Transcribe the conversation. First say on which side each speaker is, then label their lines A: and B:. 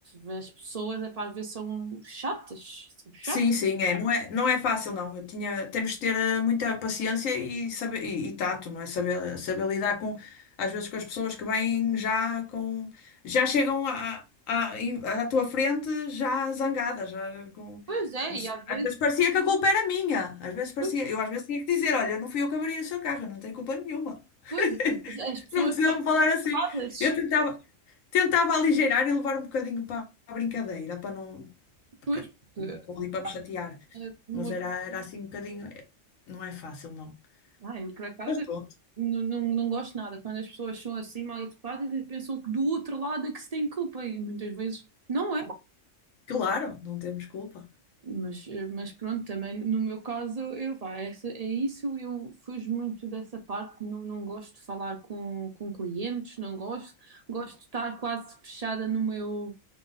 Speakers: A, on the right; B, on the left.
A: as pessoas, é pá, às vezes são chatas. São chatas.
B: Sim, sim, é. Não é, não é fácil, não. Eu tinha, temos de ter eh, muita paciência e, saber, e, e tato, não é? Saber, saber lidar com, às vezes, com as pessoas que vêm já com, já chegam à, à, em- à tua frente já zangadas, já com,
A: Pois é,
B: como
A: e
B: se-
A: às
B: às
A: vezes,
B: vezes parecia que a culpa era minha. Às vezes parecia,
A: pois,
B: eu às vezes tinha que dizer, olha, não fui eu que abri o seu carro, eu não tenho culpa nenhuma. <laughs>
A: pois, as pessoas
B: Não precisa
A: são
B: me falar assim.
A: ocupadas.
B: Eu tentava, tentava aligeirar e levar um bocadinho para a brincadeira, para não,
A: Pois,
B: que-
A: porque, assim,
B: vou ali para me chatear.
A: é uma-
B: Mas era, era assim um bocadinho. eh, Não é fácil, não.
A: ah, eu por acaso
B: Mas pronto,
A: não, não, não gosto nada quando as pessoas são assim mal educadas e pensam que do outro lado é que se tem culpa e muitas vezes não é.
B: claro, não temos culpa.
A: Mas, eh, mas pronto, também no meu caso, eu, vá, essa, é isso, eu fujo muito dessa parte, não, não gosto de falar com, com clientes, não gosto, gosto de estar quase fechada no meu,